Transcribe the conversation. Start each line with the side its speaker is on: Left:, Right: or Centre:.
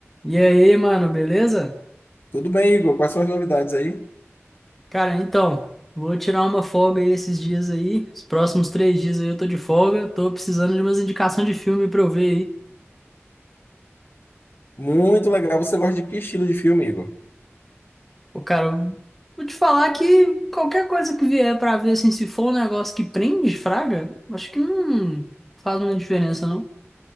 Centre: E aí, mano, beleza?
Left: Tudo bem, Igor? Quais são as novidades aí?
Centre: Cara, então, vou tirar uma folga aí esses dias aí. Os próximos três dias aí eu tô de folga. Tô precisando de umas indicações de filme pra eu ver aí.
Left: Muito legal. Você gosta de que estilo de filme, Igor?
Centre: Ô, cara, eu vou te falar que qualquer coisa que vier pra ver, assim, se for um negócio que prende, fraga, acho que não faz muita diferença, não.